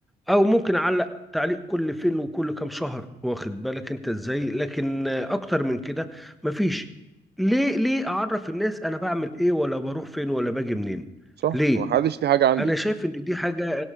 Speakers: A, in the centre; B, on the right (about 55°).
A: او ممكن اعلق تعليق كل فين وكل كام شهر واخد بالك انت ازاي لكن آه، اكتر من كده مفيش ليه ليه اعرف الناس انا بعمل ايه ولا بروح فين ولا باجي منين
B: صح
A: ليه
B: ما حدش ليه حاجه عندي
A: انا شايف ان دي حاجه